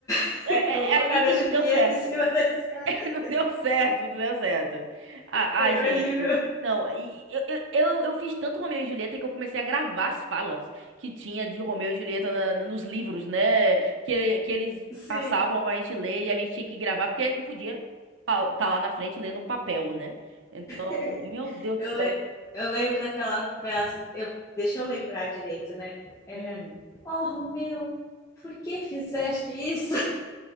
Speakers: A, on the left; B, on the right.
A: <laughs>
B: é,
A: Colocaram
B: é- é, e,
A: a
B: e
A: Julieta
B: não deu certo.
A: em cima da escada.
B: <laughs> Não deu certo, não deu certo. Ah,
A: Foi
B: ai, gente.
A: horrível.
B: Não, e- e- eu, eu, eu, eu fiz tanto Romeu e Julieta que eu comecei a gravar as falas que tinha de Romeu e Julieta na- na- nos livros, né? Que, que eles
A: Sim.
B: passavam pra gente ler e a gente tinha que gravar, porque não podia estar lá na frente lendo um papel, né? Então,
A: <laughs>
B: meu Deus
A: Eu,
B: do céu.
A: le... eu lembro daquela frase. Eu... Deixa eu lembrar direito, né? Era:
B: Hum.
A: Oh, Romeu, por que fizeste isso? <laughs>